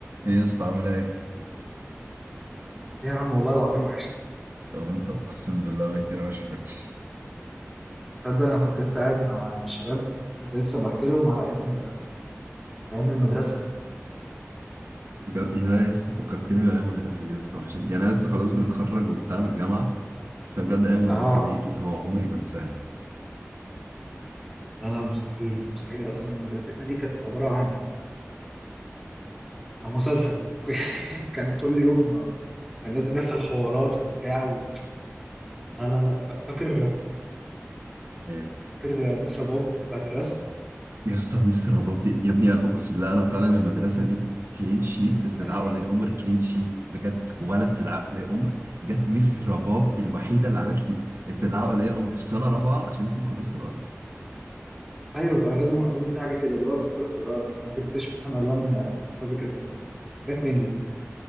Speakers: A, on the right; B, in the centre.
A: ايه يا اسطى عامل ايه؟
B: إيه يا عم والله العظيم وحشني
A: هو انت اقسم بالله بقالي كتير أوي ما شفتكش
B: تصدق انا كنت لسه قاعد مع الشباب كنت لسه بحكي لهم على ايام ال- ايام المدرسه
A: بجد يا اسطى فكرتني بايام المدرسه دي لسه وحشتني يعني انا لسه خلاص بنتخرج وبتاع من الجامعه بس أنا بجد ايام المدرسه
B: اه
A: دي اللي هو عمري ما انساها
B: لا لا مستحيل مستحيل اصلا مدرستنا دي كانت عباره عن عن مسلسل <laughs> كان كل يوم كان لازم يحصل حوارات وبتاع و... لا لا لا فاكر
A: إيه.
B: فاكر ميس رباب بتاعت الرسم
A: يا اسطى ميس رباب دي يا ابني انا اقسم بالله انا طالع من المدرسه دي كلين شيت استدعاء
B: <laughs>
A: ولي امر كلين شيت بجد ولا استدعاء ولي امر جت ميس رباب الوحيده اللي عملت لي استدعاء ولي امر في سنه رابعه عشان نسيت كراسه الارض
B: ايوه طبعاً، لازم لازم في حاجه كده اللي هو امسك رص الارض أنا ما جبتش مثلا الوان فابري كاسل حاجات من دي